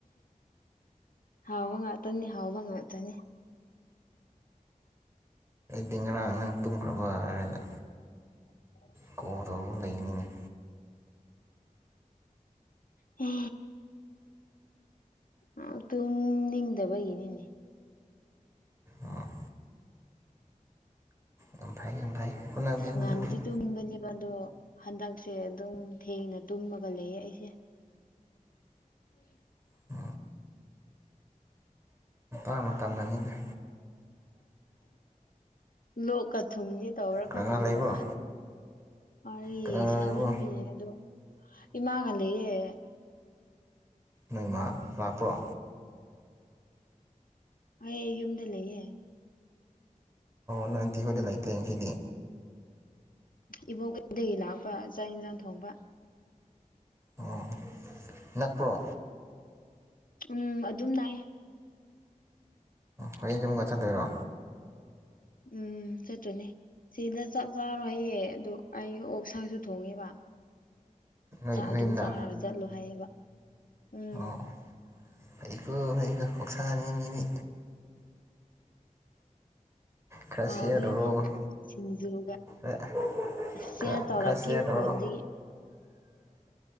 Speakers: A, on the left; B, on the right.
A: ꯍꯥꯎꯕ ꯉꯥꯇꯅꯤ ꯍꯥꯎꯕ ꯉꯥꯇꯅꯤ
B: ꯑꯩ ꯉꯔꯥꯡ ꯅꯪ ꯇꯨꯝꯈ꯭ꯔꯕ ꯍꯥꯏꯔꯒ
A: <inaudible>
B: ꯀꯣꯜ ꯇꯧꯔꯒ ꯂꯩꯅꯤꯅꯦ
A: ꯍꯥ ꯑꯥ ꯇꯨꯝ ꯅꯤꯡꯗꯕꯒꯤꯅꯤꯅꯦ
B: ꯑꯣ ꯌꯥꯝ ꯐꯩ ꯌꯥꯝ ꯐꯩ ꯍꯣꯠꯅꯕꯤꯌꯨ
A: ꯉꯟꯅꯗꯤ
B: ꯍꯣꯠꯅꯕꯤꯌꯨ
A: ꯇꯨꯝꯅꯤꯡꯕꯅꯦ ꯕꯗꯣ ꯍꯟꯗꯛꯁꯦ ꯑꯗꯨꯝ ꯊꯦꯡꯅ ꯇꯨꯝꯃꯒ ꯂꯩꯌꯦ ꯑꯩꯁꯦ
B: <inaudible> ꯃꯇꯥꯡ ꯃꯇꯝꯅꯅꯤꯅꯦ
A: ꯂꯣꯛꯀ ꯊꯨꯡꯒꯦ ꯇꯧꯕ꯭ꯔꯥ
B: ꯀꯅꯥ
A: ꯈꯪꯗ꯭ꯔꯦꯗ
B: ꯀꯅꯥ ꯂꯩꯕ꯭ꯔꯣ
A: ꯑꯩ
B: ꯀꯅꯥ ꯀꯅꯥ
A: ꯁꯥꯃꯟꯕꯩꯒꯤ
B: ꯂꯩꯕ꯭ꯔꯣ
A: ꯑꯗꯣ ꯏꯃꯥꯒ ꯂꯩꯌꯦ
B: ꯅꯣꯏ ꯃꯥ ꯂꯥꯛꯄ꯭ꯔꯣ
A: ꯑꯩ ꯌꯨꯝꯗ ꯂꯩꯌꯦ
B: ꯅꯣ ꯑꯟꯇꯤꯍꯣꯏꯗ ꯂꯩꯇꯦ ꯉꯁꯤꯗꯤ
A: ꯏꯕꯣꯛꯍꯣꯏꯗꯒꯤ ꯂꯥꯛꯄ ꯆꯥꯛ ꯌꯦꯟꯁꯥꯡ ꯊꯣꯡꯕ
B: ꯑꯣ ꯅꯛꯄ꯭ꯔꯣ
A: ꯎꯝ ꯑꯗꯨꯝ ꯅꯥꯏ
B: ꯍꯌꯦꯡꯖꯨ ꯃꯨꯛꯀ ꯆꯠꯇꯣꯏꯔꯣ
A: ꯎꯝ ꯁꯠꯇꯣꯏꯅꯦ ꯁꯤꯗ ꯆꯛ ꯆꯥꯔꯣꯏ ꯍꯌꯦ ꯑꯗꯨ ꯑꯩ ꯑꯣꯛꯁꯥꯁꯨ ꯊꯣꯡꯉꯦꯕ
B: ꯅꯣꯏ
A: ꯑ
B: ꯅꯣꯏ
A: ꯑꯗꯨꯝ
B: ꯌꯨꯝꯗ
A: ꯆꯥꯔꯒ ꯆꯠꯂꯣ ꯍꯥꯏꯌꯦꯕ ꯎꯝ
B: ꯑꯣ ꯐꯩꯀꯣ ꯐꯩꯀꯣ ꯑꯣꯛꯁꯥꯅꯤ ꯃꯤꯅꯤ ꯈꯔ
A: ꯍꯥꯎꯗꯣꯏꯅꯦ
B: ꯁꯤꯌꯔ ꯇꯧꯔꯛ
A: ꯁꯤꯡꯖꯨꯒ
B: ꯑꯣ
A: ꯁꯤꯌꯔ
B: ꯈꯔ
A: ꯇꯧꯔꯛꯀꯦ
B: ꯈꯔ ꯁꯤꯌꯥꯔ ꯇꯧꯔꯣ
A: ꯐꯣꯟꯗꯒꯤ